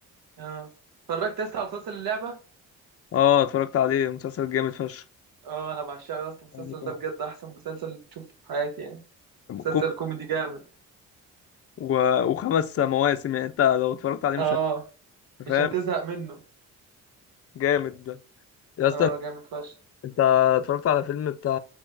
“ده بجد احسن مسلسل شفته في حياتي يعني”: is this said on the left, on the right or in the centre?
Right